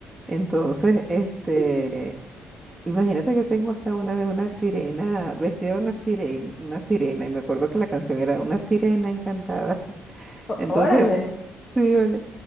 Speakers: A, on the right; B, on the left.
A: Entonces, este,
B: <laughs>
A: imagínate que tengo hasta una de una sirena, vestida de una sirena, una sirena, y me acuerdo que la canción era Una sirena encantada. <laughs>
B: Ó-
A: Entonces,
B: Órale.
A: Sí, vale.